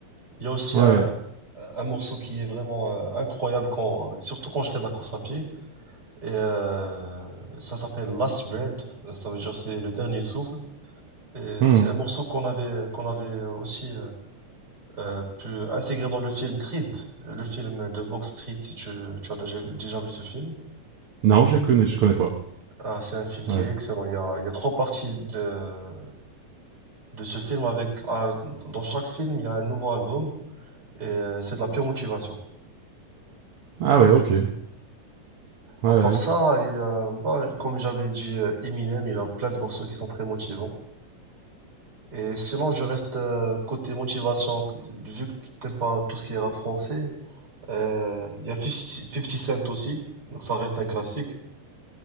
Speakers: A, on the right; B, on the right.
A: Il y a aussi
B: Ouais.
A: un, un morceau qui est vraiment euh, incroyable quand, surtout quand je fais de la course à pied. Et euh, ça s'appelle Last Breath euh, ça veut dire c'est le dernier souffle. Et
B: Hmm.
A: c'est un morceau qu'on avait, qu'on avait aussi euh, euh, pu intégrer dans le film Creed, le film de boxe Creed, si tu, tu as déjà déjà vu ce film.
B: Non, je connais, je connais pas.
A: Ah, c'est un film qui
B: Ouais.
A: est excellent. Il y a, il y a trois parties de, de ce film avec, euh, dans chaque film, il y a un nouveau album et euh, c'est de la pure motivation.
B: Ah, ouais, ok. Ouais, ouais.
A: À part ça, il y a- bah, comme j'avais dit, euh, Eminem, il a plein de morceaux qui sont très motivants. Et sinon, je reste euh, côté motivation, vu que tu n'aimes pas tout ce qui est rap français. euh, il y a Fifty Fifty Cent aussi, donc ça reste un classique.